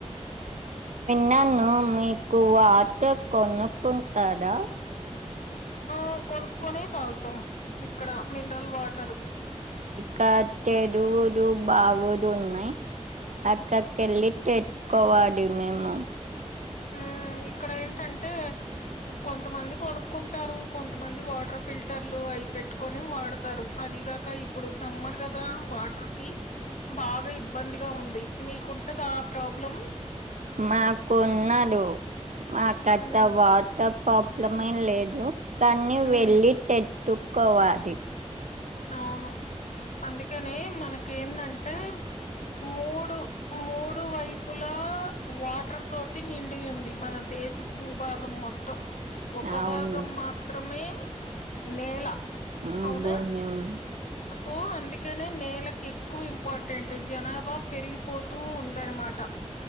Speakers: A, on the right; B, on the left.
A: నన్ను మీకు వాటర్ కొనుక్కుంటారా
B: ఆ కొనుక్కకునే తాగుతాం ఇక్కడ మినరల్ వాటరు
A: కట్టేడు డు బాగులు ఉన్నాయ్ అక్కకెళ్ళి కోవాడి మేము
B: ఉ ఇక్కడ ఏంటంటే కొంతమంది కొనుక్కుంటారు కొంతమంది వాటర్ ఫిల్టర్లు అయి పెట్టుకొని వాడతారు అదిగాక ఇప్పుడు సమ్మర్ కదా వాటర్ కి బాగా ఇబ్బందిగా ఉంది మీకుంటదా ఆ ప్రాబ్లం
A: మాకు ఉండదు మా కట్ట
B: అవును
A: వాటర్ ప్రాబ్లెమ్ ఏమి లేదు కానీ
B: ఉమ్
A: వెళ్ళి తెత్తుకోవాలి
B: అవును అందుకనీ మనకేందంటే మూడు మూడు వైపులా వాటర్ తోటి నిండి ఉంది మన దేశ దేశ భూభాగం మొత్తం ఒక
A: అవును
B: భాగం మాత్రమే నేల
A: ఊ
B: అవునా
A: భూమి ఉ
B: సో అందుకనే నేలకు ఎక్కువ ఇంపార్టెంట్ జనాభా పెరిగిపోతూ ఉందనమాట